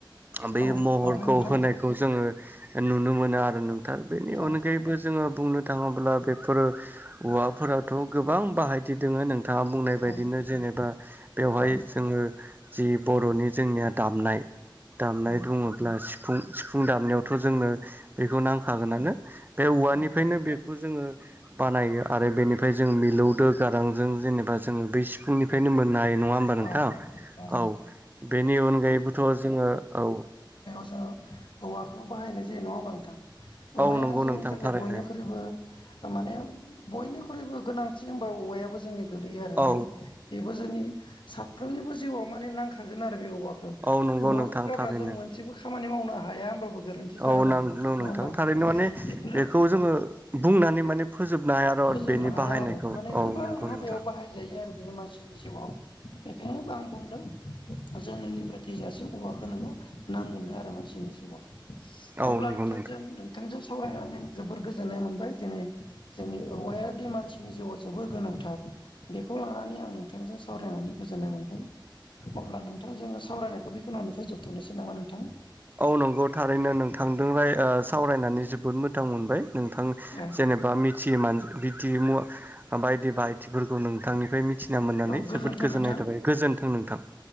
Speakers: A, on the right; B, on the left.
A: बै
B: औ
A: महरखौ
B: नंगौ नोंथां
A: होनायखौ जोङो नुनो मोनो आरो नोंथां। बेनि
B: औ
A: अनगायैबो जोङो बुंनो थाङोब्ला बेफोर औवाफोराथ' गोबां बाहायदि दोङो नोंथाङा बुंनाय बायदिनो
B: औ
A: जेनेबा बेवहाय
B: औ
A: जोङो जि बर'नि जोंनिया दामनाय दामनाय
B: औ
A: दङब्ला सिफुं सिफुं दामनायावथ' जोंनो बेखौ नांखागोनानो। बे औवानिफ्रायनो
B: औ
A: बे खौ जोङो बानायो आरो बेनिफ्राय जों मिलौदो गारांजों जेनेबा जोङो बै सिफुंनि फायनो मोननाय। नङा होमबा नोंथां?
B: औ नंगौ
A: औ बेनि अनगायैबोथ' जोङो औ
B: ओ औवाखौ बाहायनाय जायो नङा होमबा नोंथां? औवायानो
A: औ नंगौ
B: जोंनि
A: नोंथां
B: थाखाय
A: थारैनो
B: बयनिख्रुइबो माने बयनिख्रुइबो गोनांथि होनबा औवायाबो जोंनि गोलैयो आरो।
A: औ
B: माने बेबो जोंनि साफ्रोमनिबो जिउआव माने नांखागोन आर रो बे औवाखो।‌
A: औ नंगौ
B: औवाखो
A: नोंथां
B: गारना
A: थारैनो
B: जों मोनसेबो खामानि मावनो हाया होमबाबो गोरोन्थि जानाय
A: औ <unintelligible>
B: नङा
A: नोंथां
B: नङा होमबा
A: थारैनो माने
B: बेफोरो
A: बेखौ जोङो बुंनानै माने फोजोबनो हाया
B: फोजोबनो
A: बेनि
B: हाया
A: बाहायनायखौ
B: आरो माने
A: औ
B: गोबां
A: नंगौ
B: हाबायाव
A: नोंथां
B: बाहायजायो आरो बेयो मानसिनि जिउआव <unintelligible> जोनोमनिफ्राय थैजासिम औवाखौ नोङो नांगोन दो आरो मानसिनि जिउआव
A: औ
B: अब्ला
A: नंगौ
B: नोंथांजों
A: नोंथां
B: नोंथांजों सावरायनानै आं जोबोर गोजोननाय मोनबाय दिनै जोंनि औवायादि मानसिनि जिउआव जोबोर गोनांथार बेखौ लानानै आं नोंथांजों सावरायनानै गोजोननाय मोनबाय अब्ला नोंथां जोङो सावरायनायखौ बेखिनियावनो फोजोबथ'नोसै नामा नोंथां
A: औ नंगौ थारैनो नोंथांदो सावरायनानै जोबोद मोजां मोनबाय नोंथां
B: औ
A: जेनेबा मिथियै मा मिथियै मुवा बायदि बायदिफोर खौ नोंथांनिफ्राय मिथिना मोननानै
B: औ गोजोन्थों
A: जोबोद गोजोननाय
B: नोंथां
A: थाबाय गोजोन्थों नोंथां <inaudible>